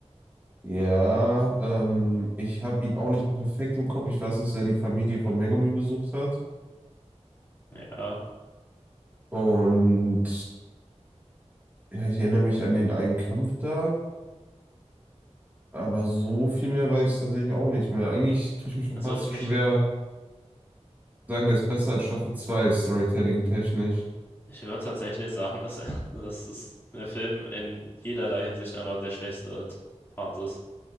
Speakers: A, on the right (about 15°); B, on the left (about 20°).
A: Ja, ähm, ich habe ihn auch nicht mehr perfekt im Kopf. Ich weiß, dass er die Familie von Megumi besucht hat.
B: Ja,
A: Und ja, ich erinnere mich an den einen Kampf da. Aber so viel mehr weiß ich tatsächlich auch nicht mehr. Eigentlich tue ich mich schon
B: also
A: fast
B: für mich,
A: schwer, sagen, der ist besser als Staffel 2 Storytelling-technisch.
B: ich würde tatsächlich sagen, dass er, <laughs> dass es der Film in jederlei Hinsicht einfach der schwächste T- Part ist.